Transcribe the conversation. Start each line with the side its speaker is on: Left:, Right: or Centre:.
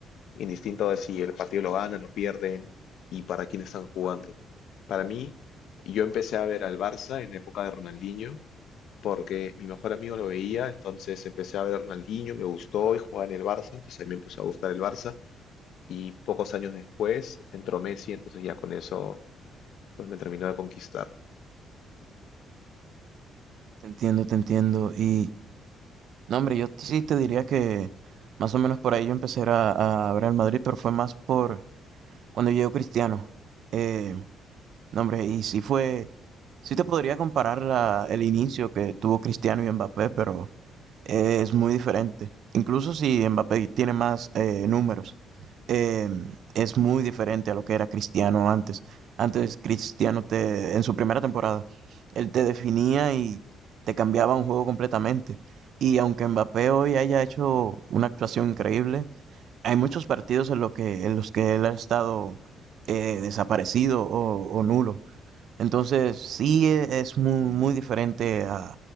Left: indistinto de si el partido lo ganan o pierden y para quién están jugando. Para mí, yo empecé a ver al Barça en la época de Ronaldinho porque mi mejor amigo lo veía, entonces empecé a ver a Ronaldinho, me gustó y jugaba en el Barça, entonces a mí me empezó a gustar el Barça y pocos años después entró Messi, entonces ya con eso pues me terminó de conquistar.
Right: Te entiendo, te entiendo. Y no, hombre, yo sí te diría que más o menos por ahí yo empecé a, a ver al Madrid, pero fue más por cuando llegó Cristiano. Eh, no, hombre, y sí fue, sí te podría comparar la- el inicio que tuvo Cristiano y Mbappé, pero eh, es muy diferente. Incluso si Mbappé tiene más eh, números, eh, es muy diferente a lo que era Cristiano antes. Antes Cristiano te, en su primera temporada, él te definía y te cambiaba un juego completamente. Y aunque Mbappé hoy haya hecho una actuación increíble, hay muchos partidos en, lo que, en los que él ha estado eh, desaparecido o, o, nulo. Entonces, sí e- es muy, muy diferente a-